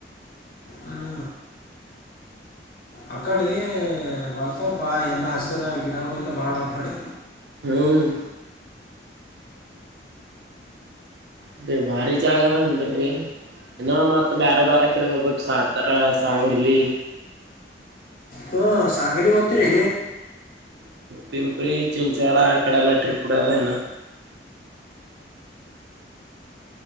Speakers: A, on the left; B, on the right.
A: ಹ್ಞೂ ಆ ಕಡೆ ಬರ್ತಪ್ಪ ಎಲ್ಲ ಹಸಿರ ಗಿಡಗಳೆಲ್ಲ ಬಾಳ ಅ ಕಡಿ
B: ಓಹ್ ಅದೆ ಭಾರಿ ಜಾಗ ಅಂದೀರ್ಬಿ ಇನ್ನೊ ಮತ್ತ್ ಬ್ಯಾರೆ ಬ್ಯಾರೆ ಕಡೆ ಹೋಗ್ಬೇಕ್ ಸತಾರ ಸಾಯಂಗಿಲ್ಲಿ
A: ಹ್ಮ ಸಂಗಲಿ ಹೊತಿರೀ
B: ಪಿಂಪರಿ ಚಿಂಚಡ ಇಕಡೆಲ್ಲ ಟ್ರಿಪು ಇಡದೇನ